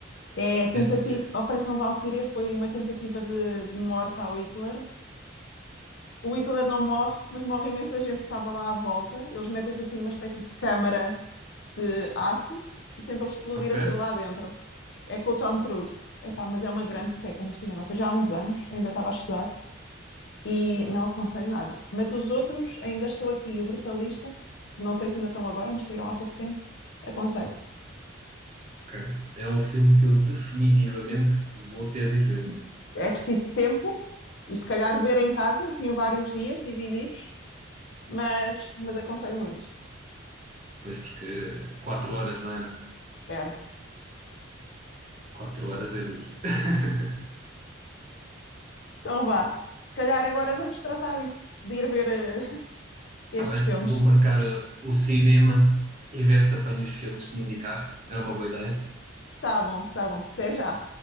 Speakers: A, on the left (about 60°); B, on the right (about 35°).
A: É a tentativa,
B: Esse não conheço.
A: a Operação Valquíria foi uma tentativa de, de morte ao Hitler. O Hitler não morre, mas morre imensa gente que estava lá à volta. Eles metem-se assim numa espécie de câmara de aço e tentam explodir
B: Ok?
A: aquilo lá dentro. É com o Tom Cruise. Epá, mas é uma grande seca no cinema. Foi já há uns anos, ainda estava a estudar. e não aconselho nada. Mas os outros, ainda estou aqui, o Brutalista, que não sei se ainda estão agora, mas saíram há pouco tempo, aconselho.
B: Ok. É um filme que eu definitivamente vou ter de ir ver.
A: É preciso tempo e se calhar ver em casa, assim, vários dias divididos, mas, mas aconselho muito.
B: Pois, porque quatro horas, não é?
A: Era.
B: Quatro horas é duro. <laughs>
A: Então vá. Se calhar agora vamos tratar disso, de ir ver eh, estes
B: Tá bem,
A: filmes.
B: vou marcar uh, o cinema e ver se apanho os filmes que me indicaste. Era uma boa ideia.
A: Tá bom, tá bom. Até já.